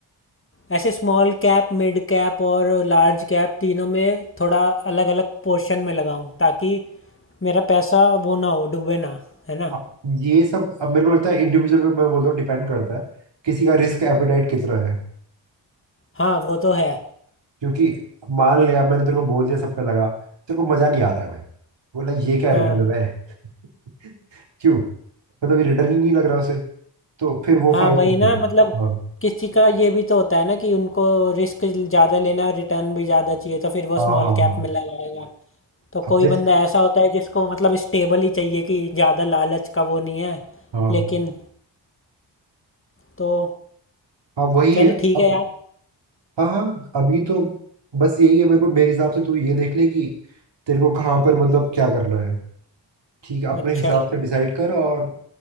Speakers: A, on the left; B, on the right.
A: ऐसे स्मॉल कैप मिड कैप और लार्ज कैप तीनों में थोड़ा अलग अलग पोर्शन में लगाऊं ताकि मेरा पैसा वो ना हो डूबे ना है ना
B: अब ये सब अब मेरे को लगता है इंडिविजुअल पे मैं बोलता हूँ डिपेंड करता है किसी का रिस्क एपेटाइट कितना है
A: हाँ वो तो है
B: क्योंकि मान लिया मैंने तेरे को बोल दिया सब पे लगा तेरे को मजा नहीं आ रहा है भाई बोला ये क्या
A: हाँ
B: रिटर्न है भाई <laughs> क्यों मतलब ये रिटर्न ही नहीं लग रहा उसे तो फिर वो
A: हाँ
B: फायदे
A: वही
B: नहीं
A: ना
B: है
A: मतलब
B: हाँ
A: किसी का ये भी तो होता है ना कि उनको रिस्क ज़्यादा लेना रिटर्न भी ज़्यादा चाहिए तो फिर वो
B: हाँ
A: स्मॉल
B: हाँ
A: कैप
B: हाँ
A: में लगाएगा तो
B: अब
A: कोई
B: जैसे
A: बंदा ऐसा होता है जिसको मतलब स्टेबल ही चाहिए कि ज़्यादा लालच का वो नहीं है
B: हाँ
A: लेकिन तो
B: हाँ वही
A: चल
B: है
A: ठीक
B: अब
A: है यार
B: हाँ हाँ अभी तो बस यही है मेरे को मेरे हिसाब से तू ये देख ले कि तेरे को कहाँ पर मतलब क्या करना है ठीक है अपने
A: अच्छा
B: हिसाब से डिसाइड कर और